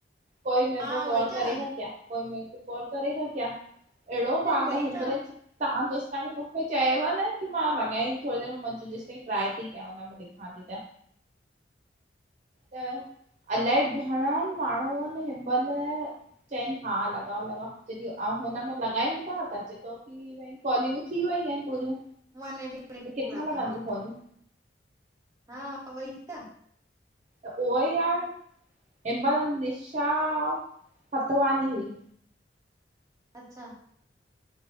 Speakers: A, on the right; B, on the right.
A: कोई मेरे
B: हा
A: को कॉल
B: वई
A: करेेगा
B: त
A: क्या? कोई मेरेको कॉल करेेगा क्या? अहिड़ो पाॻल
B: वई
A: हिनमल
B: त
A: च <unintelligible> तवां जेसीं ताणी मूंखे चयव न की मां लॻायईं थी थोड़ी देरि में, मां चयो जेसि ताईं ट्राई थी कयां हुन में <unintelligible> हा ठीकु आहे त अलाए घणा माण्हू अईन हिन में चईन हा लॻाए- लॻाए। जॾहिं अऊं हुनमें लगायूं था त चए थो कि कॉलिंगू थी वई आहिनि पूरियूं
B: वन एटी मिनट
A: त
B: पूरा
A: किथां लॻंदियूं
B: हा
A: फोनियूं?
B: हा उहोई त।
A: त उहोई आहे। हिन बारु निशा फ़तवानी हुई।
B: अच्छा